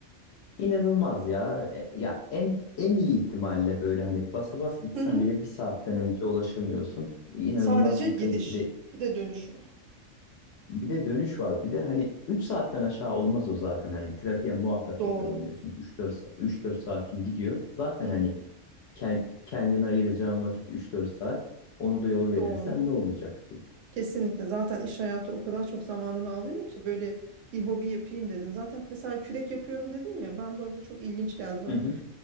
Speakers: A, on the left (about 65°); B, on the right (about 75°).
A: inanılmaz ya. E, ya en en iyi ihtimalle böyle hani basa bas gitsen
B: Hı hı.
A: bile bir saatten önce ulaşamıyorsun. İnanılmaz
B: Sadece
A: bir
B: gidiş.
A: kayıp bir de
B: Bir de dönüş var.
A: Bir de dönüş var. Bir de hani 3 saatten aşağı olmaz o zaten. Hani trafiğe muhakkak
B: Doğru.
A: yakalanıyorsun. Üç dört sa- 3-4 saatin gidiyor. Zaten
B: Hı
A: hani
B: hı.
A: ke- kendine ayıracağın vakit üç dört saat. Onu da yola verirsen
B: Doğru.
A: ne olacak?
B: Kesinlikle. Zaten iş hayatı o kadar çok zamanını alıyor ki böyle bir hobi yapayım dedin. Zaten mesela kürek yapıyorum dedin ya. Ben bu arada çok ilginç geldi bana.
A: Hı hı.